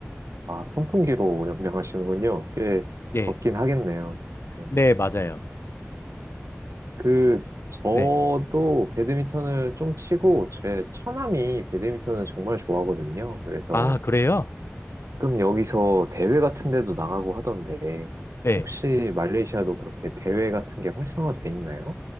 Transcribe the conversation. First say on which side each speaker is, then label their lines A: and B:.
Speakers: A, on the right (about 90°); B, on the left (about 60°).
A: 아, 선풍기로 연명하시는군요. 꽤
B: 예,
A: 덥긴 하겠네요. 음,
B: 네 맞아요.
A: 그 저도
B: 네,
A: 배드민턴을 좀 치고 제 처남이 배드민턴을 정말 좋아하거든요. 그래서
B: 아 그래요?
A: 그럼 여기서 대회 같은 데도 나가고 하던데,
B: 예.
A: 혹시 말레이시아도 그렇게 대회 같은 게 활성화돼 있나요?